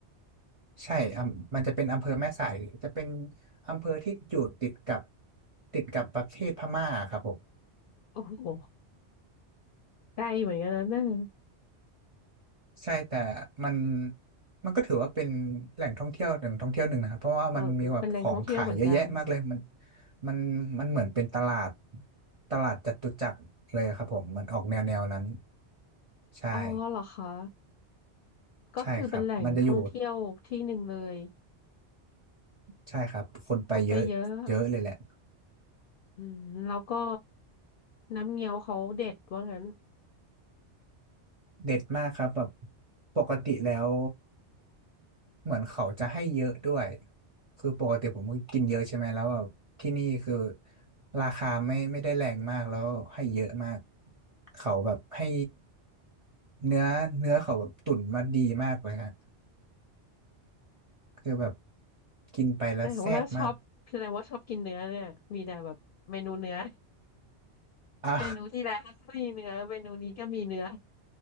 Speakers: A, on the right (about 35°); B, on the left (about 60°).
A: ใช่อำมันจะเป็นอำเภอแม่สายจะเป็นอำเภอที่อยู่ติดกับติดกับประเทศพม่าครับผม
B: โอ้โหใกล้เหมือนกันนะเน่ย
A: ใช่แต่มันมันก็ถือว่าเป็นแหล่งท่องเที่ยวแหล่งท่องเที่ยวหนึ่งนะครับเพราะว่ามันมีแบบของขายเยอะแยะมากเลยมัน
B: เอาเป็นแหล่งท่องเที่ยวเหมือนกัน
A: มันมันเหมือนเป็นตลาดตลาดจตุจักรเลยครับผมมันออกแนวแนวนั้นใช่
B: อ๋อเหรอคะ ก็คือเป็นแหล่งท่องเที่ยวที่หนึ่งเลย
A: ใช่ครับมันจะอยู่ใช่ครับคนไปเยอะเยอะเลยแหละ
B: คนไปเยอะ อืมแล้วก็น้ำเงี้ยวเขาเด็ดว่างั้น
A: เด็ดมากครับแบบปกติแล้วเหมือนเขาจะให้เยอะด้วยคือปกติผมก็กินเยอะใช่ไหมแล้วแบบที่นี่คือราคาไม่ไม่ได้แรงมากแล้วให้เยอะมากเขาแบบให้เนื้อเนื้อเขาแบบตุ๋นมาดีมากเลยฮะคือแบบกินไปแล้วแซ่บมาก
B: แสดงว่าชอบแสดงว่าชอบกินเนื้อเนี่ยมีแต่แบบเมนูเนื้อ <laughs>
A: อ่ะ
B: เมนูที่แล้วก็มีเนื้อเมนูนี้ก็มีเนื้อ